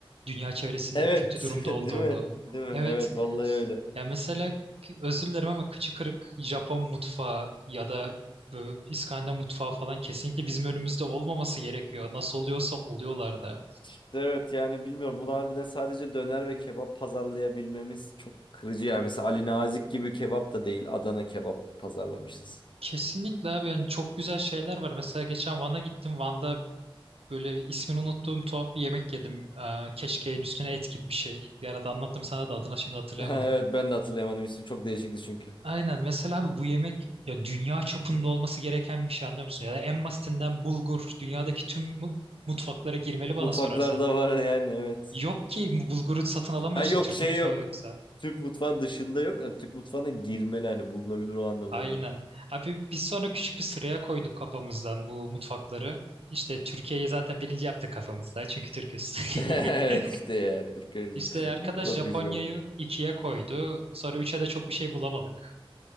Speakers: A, on the right; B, on the left.
A: dünya çevresinde
B: Evet,
A: kötü durumda
B: <laughs> değil
A: olduğunu.
B: mi? Değil mi?
A: Evet.
B: Evet, vallahi öyle.
A: Ya mesela ki- özür dilerim ama kıçı kırık Japon mutfağı ya da e, İskandinav mutfağı falan kesinlikle bizim önümüzde olmaması gerekiyor. Nasıl oluyorsa oluyorlar da.
B: İşte evet yani bilmiyorum. Bunu harbiden sadece döner ve kebap pazarlayabilmemiz çok kırıcı yani. Mesela Ali Nazik gibi kebap da değil, Adana kebap pazarlamışız. <laughs>
A: Kesinlikle abi yani çok güzel şeyler var. Mesela geçen Van'a gittim. Van'da böyle ismini unuttuğum tuhaf bir yemek yedim. Ee, keşkeğin üstüne et gibi bir şey. Bir arada anlattım sana da adına şimdi hatırlayamadım.
B: Evet, ben de hatırlayamadım ismi. Çok değişikti çünkü.
A: Aynen mesela abi bu yemek ya dünya çapında olması gereken bir şey anlıyor musun? Ya da en basitinden bulgur dünyadaki tüm mu- mutfaklara girmeli bana
B: Mutfaklarda
A: sorarsan.
B: var yani evet.
A: Yok ki bu bulguru satın alamıyorsun
B: Ha yok
A: Türk
B: şey
A: mutfağı
B: yok.
A: yoksa.
B: Türk mutfağı dışında yok. Yani Türk mutfağına girmeli hani bulunabilir o anlamda
A: Aynen.
B: diyorum.
A: Abi biz sonra küçük bir sıraya koyduk kafamızdan bu mutfakları. İşte Türkiye'yi zaten birinci yaptık kafamızda çünkü Türküz.
B: <laughs> Evet
A: <laughs>
B: işte ya Türk öyle.
A: İşte arkadaş
B: <laughs> korkucu.
A: Japonya'yı
B: ya.
A: ikiye koydu. Sonra üçe de çok bir şey bulamadık.